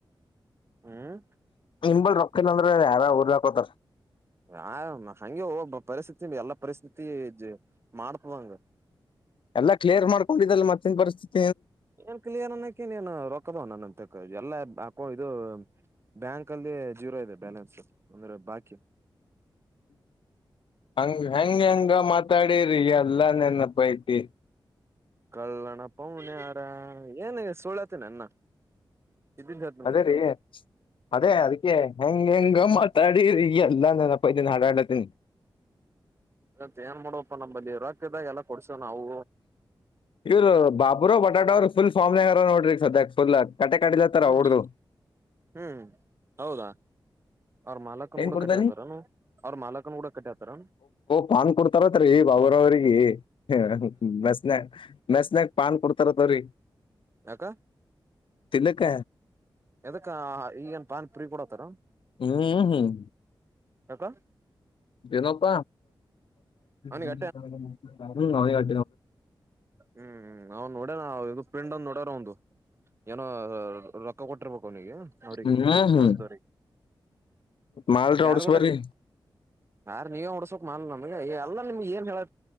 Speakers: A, on the right; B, on the left.
A: ಹ್ಮ್
B: ಇಂಬಲ್ ರ ಕೆಂದ್ರ ಹಾರ ಹರಕತಾರ
A: ಆಾಮ ಹಗೆ ಒಬ್ಬ ಪರಿಸ್ಥಿತಿ ಎಲ್ಲಾ ಪರಿಸ್ಥಿತಿ ಮಾಡ್ತ್ವಾಂಗ
B: ಎಲ್ಲ ಕ್ಲಿಯರ್ ಮಾಡ್ಕೊಂಡಿದಲ್ಲಿ ಮತ್ತನ್ ಪರಿಸ್ಥಿತಿ
A: ಏನ್ ಕ್ಲಿಯರ್ ಅನ್ನಕಿ ನೀನ್ ರೊಕ್ಕಬೋ ನ ತ ಎಲ್ಲಾ ಅಕೌ ಇದು ಬ್ಯಾಂಕ್ ಅಲ್ಲಿ ಜೀರೋ ಇದೆ ಬ್ಯಾಲೆನ್ಸ್ ಅಂದ್ರೆ ಬಾಕಿ
B: ಹಂಗ ಹೆಂಗ ಹೆಂಗ ಮಾತಾಡರಿಿ ಎಲ್ಲಾ ನೆನಪ್ಪ ಐತಿ
A: ಕಳ್ಳಣ ಪನರ ಏನ ಸುಳತನ ಅನ್ನ ಇದ್ದಿದ್ದ ಹೇಳ್ತನಪ್ಪ
B: ಅದೇ ರೀ ಅದೇ ಅದಕ್ಕೆ ಹೆಂಗ್ ಹೆಂಗ ಅಾಡಿ ಎಲ್ಲ ನನಪ್ಪತೀನ ಹಾಡಾಡತೀನಿ
A: ಮತ್ತತ್ ಏನ್ ಮಾಡುವಪ್ಪ ನಂಬಲ್ಲಿ ರಾಕದಾಗ ಎಲ್ಲ ಕೊಡ್ಸವ ನಾವು
B: ಇವರು ಬಾಬುರ ಬ ಪಟಾ್ರುಫುಲ್ ಸಾಮ್ಗರ ನೋಡ್ರಿ ಸದ್ಯ ಫಲ್ ಆ ಕಟ್ಟೆ ಕಡಿಲತ್ತಾರ
A: ಹ್ಮ್
B: ಅವಡ್ದು
A: ಹ್ಮ್ ಹೌದಾ ಅವ್ರ ಮಾಲಕನ್
B: ಏನ್ಡ್ತ
A: ಕೂಡ ಕಟ್ಟಿ ಹತಾರನು ಅವ್ರ ಮಾಲಕನ್ ಕೂಡ ಕಟ್ಟಿ ಹತಾರ
B: ಪಾನ್ ಕೊಡ್ತಾರತ್ೀ ಅವರ ಅವ್ರಿಗೆ ಹ ಬೆಸ್ನಾಗ ಬೆಸ್ನಯಾಗ ಪಾನ್ ಕೊಡ್ತಾರತ್ವ್ರರಿ
A: ಅಕ
B: ತಿಲಕ
A: ಯದಕ್ಕ ಈಗನ್ ಪನ್ಿ ಪುರಿ ಕೂಡತಾರ
B: ಹ್ಮ್್ಮ ಹ್ಮ್
A: ಯಾಕ
B: ನಪ್ಪ
A: ಅವನಿಗೆ
B: ಇ
A: ಹ್ಮ್್ಮ ನಾವ ನೋಡ್ಯ ಪಿಂಡ್ಂದ ನೋಡ್ಯಾರ ಒಂದು ಏನೋ ರೊ ಕೊಟ್ಟಿರ್ಬೇಕು ಅವನಿಗೆ ಅವ್ರಿಗೆ
B: ಹ್ಮ್ ಹ್ಮ್
A: ಬವ
B: ಮಾಲ್ರ
A: ಯಾರ್ಗೂಡ
B: ಹೊಡ್ಸ್ಬರ್ರಿ
A: ಯಾರು ನೀವೇ ಹೊಡ್ಸ್ಕ್ ಮ ನಮಗೆ ಎಲ್ಲ ನಿಮ್ಗೆ ಏನ್ ಹೇಳ